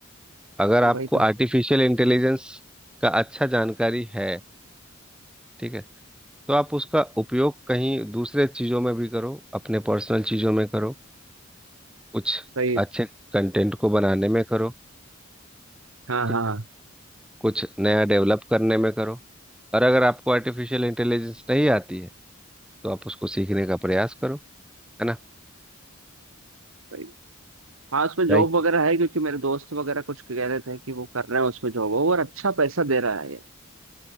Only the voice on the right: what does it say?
वही तो
सही है
हाँ
हाँ हाँ,
सही है। हाँ उसमें
जॉब वगैरह है क्योंकि मेरे दोस्त वगैरह कुछ कह रहे थे कि वो कर रहे हैं उसमें जॉब और अच्छा पैसा दे रहा है यार